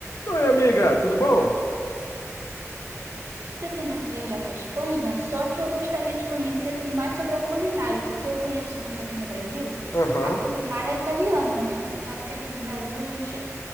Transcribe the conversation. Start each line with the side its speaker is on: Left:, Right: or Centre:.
Left: Oi, amiga, tudo bom?
Right: pretendendo viajar para a Espanha, só que eu gostaria de conhecer assim mais sobre a culinária, porque eu conheço muito aqui no Brasil
Left: Aham.
Right: a culinária italiana, né? Você sabe que aqui no Brasil a gente